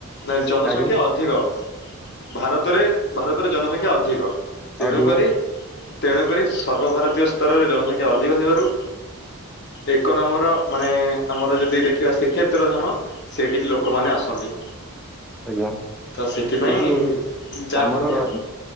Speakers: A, on the left; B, in the centre.
A: ନା ଜନସଂଖ୍ୟା
B: ଆଜ୍ଞା
A: ଅଧିକ? ଭାରତରେ ଭାରତରେ ଜନସଂଖ୍ୟା ଅଧିକ, ତେଣୁକରି
B: ଅଧିକ
A: ତେଣୁକରି ସର୍ବଭାରତୀୟ ସ୍ତରରେ ଜନସଂଖ୍ୟା ଅଧିକ ଥିବାରୁ ଏକ ନମ୍ବର ମାନେ ଆମର ଯଦି ଦେଖିବା ଶିଖେ ତ୍ର ଧାମ, ସେଇଠିକି ଲୋକମାନେ ଆସନ୍ତି।
B: ଆଜ୍ଞା
A: ତ ସେଥିପାଇଁ
B: କିନ୍ତୁ
A: ଜାମ୍
B: ଆମର
A: ହୁଏ
B: ର
A: ଆଉ